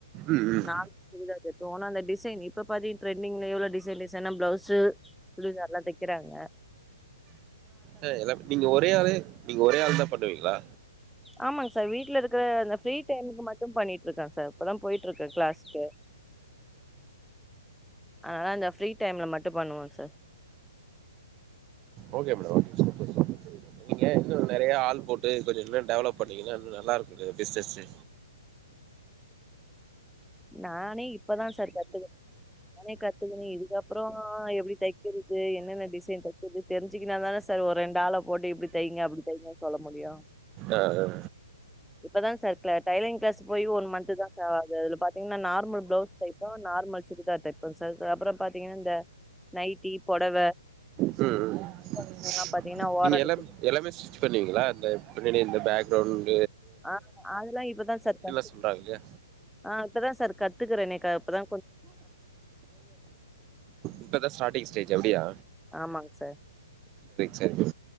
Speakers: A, on the right; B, in the centre.
A: ம் ம்
B: நார் உள்ளது போனா அந்த டிசைன் இப்ப பாதீ ட்ரெண்டிங்ல எவ்ள டிசைன் டிசைனா ப்ளவுசு சுடிதார்லா தெக்கிறாங்க
A: அ எல்லா நீங்க ஒரே ஆளு நீங்க ஒரே ஆள் தா பண்ணுவீங்களா
B: ஆமாங்க சார் வீட்டுல இருக்கிற அந்த ஃப்ரீ டைமுக்கு மட் டு பண்ணிட்டு இருக்கே சார் இப்பதா போயிட்டு இருக்கே கிளாஸ்க்கு அதனால அந்த ஃப்ரீ டைம்ல மட்டு பண்ணுவோ sir
A: okay madam okay madam super super சேரி நீங்க இன்னு நிறைய ஆள் போட்டு கொஞ்ச இன்னு டெவலப் பண்ணீங்கன்னா இன்னு நல்லா இருக்கு பி பிசுனஸு
B: நானே இப்பதா சார் கத்துக்கு நானே கத்துக்குனு இதுக்கப்புற எப்டி தைக்கிறது என்னென்ன டிசைன் தைக்கிறது தெரிஞ்சுக்கனாதானே சார் ஒ ரெண்டு ஆள போட்டு இப்டி தைங்க அப்டி தைங்க சொல்ல முடியு
A: ஆ அ
B: இப்பதா சார் க்ள டெய்லரிங் கிளாஸ் போய் ஒரு மந்து தா சார் ஆகுது அதுல பாத்தீங்கன்னா நா நார்மல் ப்ளவுஸ் தெப்போ நார்மல் சுடிதார் தேப்போ சார் அப்புற பாத்தீங்கன்னா இந்த நைட்டி பொடவ
A: து ம்
B: அதுக்கெல்லாம் பாத்தீங்கன்னா ஓரம்
A: நீங்க
B: அடிச்சு
A: எல்லாம் எல்லாமே ஸ்டிச் பண்ணுவீங்களா இந்த பின்னாடி இந்த பேக் க்ரவுண்ட்
B: ஆ அதுல்லா இப்பதா சார் கத்து
A: சொல்றாங்க இல்லையா
B: ஆ இப்பதா சார் கத்துக்கறேனே கா இப்பதா
A: இப்பதா ஸ்டார்டிங் ஸ்டேஜ் அப்டியா
B: ஆமாங்க சார்
A: சரிங்